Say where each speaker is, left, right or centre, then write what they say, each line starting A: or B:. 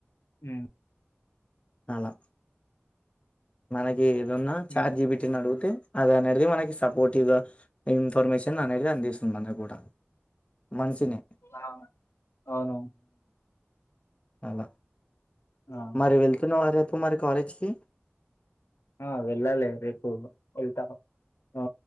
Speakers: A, on the left (about 80°); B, on the left (about 25°).
A: ఉ
B: అలా మనకి ఏదన్నా చాట్
A: ఉమ్
B: జీపిటిని అడిగితే అది అనేది మనకి సపోర్టివ్ గా ఇన్ఫర్మేషన్ అనేది అందిస్తుంది అది కూడా. మనుషీని
A: ఆ అవును
B: అలా
A: ఆ
B: మరి వెళ్తున్నవా రేపు మరి కాలేజ్కి
A: ఆ వెళ్ళాలలే రేపు వెళ్తా ఆ